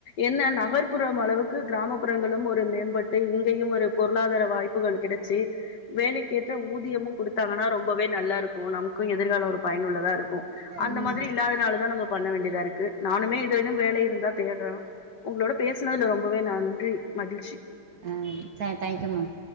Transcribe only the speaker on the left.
என்ன நகர்ப்புறம் அளவுக் க்கு கிராமப்புறங்களு ஒரு மேம்பட்டு இங்கேயு ஒரு பொருளாதார வாய்ப்புகள் கிடைச்சி வேலைக்கேற்ற ஊதியமு குடுத்தாங்னா ரொம் பவே நல்லாருக்கு நம் எதிர்கால ஒரு பயனுள்ளதா இருக்கும் அந்த
மாதிரி இல்லாதனால தான் நம்ம பண்ண வேண்டியதா இருக்கு நானுமே இது இந் வேல இருந்தா தேடறோ உங்களோட பேசுனதுல ரொம் பவே நன்றி மகிழ்ச்சி